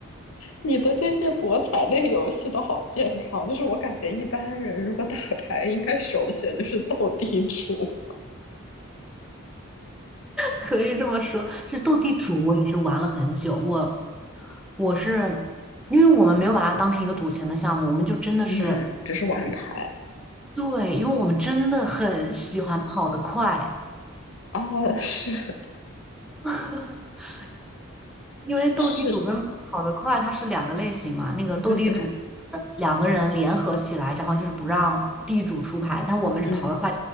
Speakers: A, on the left; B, in the centre.
A: 你的这些博彩类游戏都好健康，就是我感觉一般人如果打牌，应该首选就是斗地主，
B: 可以这么说，这斗地主我也是玩了很久。我我是因为我们没有把它当成一个赌钱的项目，我们就真的是
A: 嗯，只是玩牌
B: 对，因为我们真的很喜欢跑得快，
A: 哦，是
B: <laughs> 因为斗地主跟跑得快它是两个类型嘛。
A: 是，
B: 那个斗地主就是两个人联合起来，
A: 对对，
B: 然后就是不让地主出牌，但我们是跑得快，
A: 嗯，